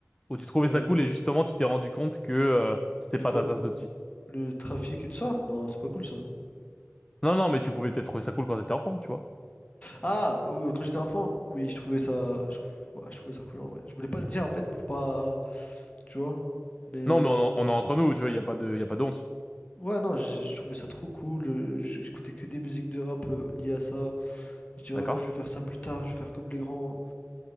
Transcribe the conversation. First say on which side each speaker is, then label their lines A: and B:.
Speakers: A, on the left; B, on the left.
A: Ou tu trouvais
B: Euh,
A: ça cool et justement, tu t'es rendu compte que, euh, c'était
B: de
A: pas
B: quoi?
A: ta tasse de thé?
B: Le trafic et tout ça? Non, c'est pas cool ça.
A: Non, non, mais tu pouvais peut-être trouver ça cool quand t'étais enfant, tu vois.
B: Ah, euh, quand j'étais enfant, oui, je trouvais ça, je, ouais, je trouvais ça cool en vrai. Je voulais pas le dire en fait pour pas, tu vois. Mais
A: Non, mais on, on est entre nous, tu vois, il n'y a pas de, il a pas de honte.
B: ouais, non, je je trouvais ça trop cool. euh, j- J'écoutais que des musiques de rap euh, liées à ça. Je disais, ouais,
A: D'accord?
B: moi je vais faire ça plus tard, je vais faire comme les grands.